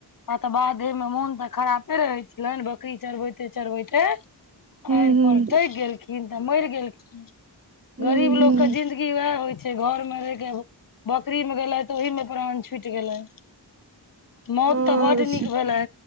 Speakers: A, on the left; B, on the right.
A: आ तऽ बाधेमे मोन तऽ खरापे रहै छलैन, बकरी चड़बैते-चड़बैते
B: हूँ
A: आएर
B: हूँ
A: पर थैक गेलखिन तऽ मैर गेलखिन,
B: हूँ
A: गरीब
B: हूँ
A: लोक की वाएह होय छै, घर मे रैह के हेबे बकरी मे गेलै तऽ ओहि मे प्राण छुट गेलै। मौत
B: हँ
A: तऽ बड
B: अच्छा,
A: नीक भेलै,